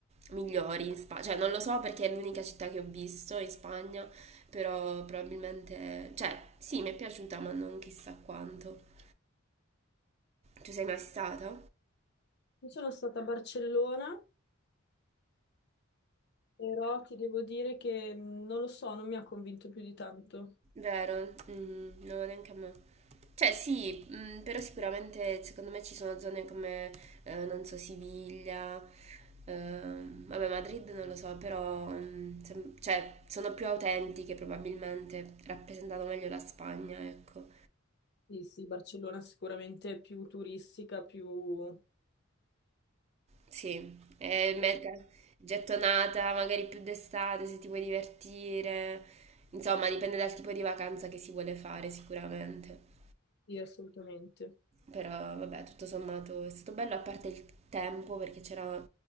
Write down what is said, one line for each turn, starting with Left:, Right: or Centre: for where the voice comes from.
Right: migliori in Spagna. Cioè, non lo so perché è l'unica città che ho visto in Spagna, però probabilmente... Cioè, sì, mi è piaciuta, ma non chissà quanto. Tu sei mai stata?
Left: sono stata a Barcellona, però ti devo dire che mh, non lo so, non mi ha convinto più di tanto.
Right: Vero, mhm, no, neanche a me. Cioè sì, mh, però sicuramente secondo me ci sono zone come, eh, non so, Siviglia, ehm, vabbè Madrid non lo so, però mh, sem- cioè, sono più autentiche probabilmente, rappresentano meglio la Spagna, ecco.
Left: Sì, sì, Barcellona sicuramente è più turistica, più...
Right: Sì, e meta- gettonata magari più d'estate se ti vuoi divertire, insomma dipende dal tipo di vacanza che si vuole fare sicuramente.
Left: Sì, assolutamente.
Right: Però vabbè, tutto sommato è stato bello, a parte il tempo, perché c'era